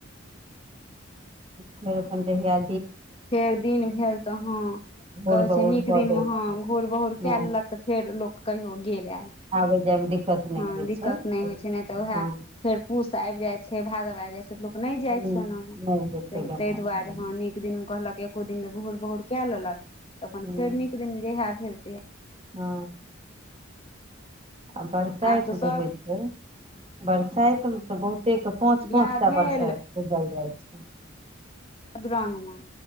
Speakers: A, on the right (about 30°); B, on the left (about 30°).
A: फेर अपन जहिआ
B: फेर दिन भेल तऽ ह
A: भोर
B: कहै
A: बहुर
B: छैय नीक
A: कऽ
B: दिनमेह
A: दै छै।
B: घूर बहुर
A: हँ
B: कए लेलक तऽ फेर लोक कहियो गेल आयल
A: आबै जायमे दिक्कत नहि
B: हँ
A: होइ
B: दिक्कत
A: छै
B: नहि होइ छैय नहि तऽ उएह
A: हँ
B: फेर पूस आयब जाय छैय भादव आब जाय छैय। त लोक नै जाय
A: हूँ
B: छैय ओनाहो
A: नहि होइ छै
B: त
A: गेनाइ
B: तहि दुआरे
A: हँ
B: ह निक दिनमे एको दिन घूर बहुर कए लेलक त अपन
A: हूँ
B: फेर नीक दिन मे जहिया भेल तहिया
A: हँ आ बरसाइत
B: आब तऽ
A: जे
B: सभ
A: होइ छैय बरसाइत मे तऽ बहुते पांच
B: बियाह
A: पांच टा
B: भेल
A: बरसाइत पूजल जाइ छैय।
B: आ दुरागमन